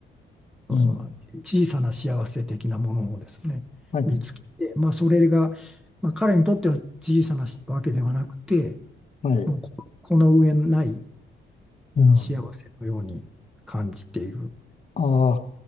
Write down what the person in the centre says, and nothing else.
そういうのが小さな幸せ的なものをですね見つけて、
まあ、それが、まあ、彼にとっては小さなわけではなくて
もうここの上ない
幸せのように感じている。